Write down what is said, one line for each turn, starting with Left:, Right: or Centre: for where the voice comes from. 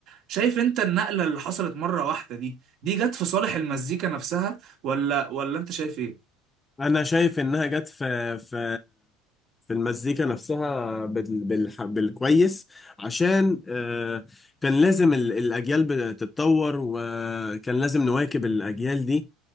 Right: شايف انت النقله اللي حصلت مره واحده دي دي جت في صالح المزيكا نفسها ولا ولا انت شايف ايه
Left: أنا شايف إنها جت في في في المزيكا نفسها بال بال بالكويس عشان آه، كان لازم ال- الأجيال بتتطور وكان لازم نواكب الأجيال دي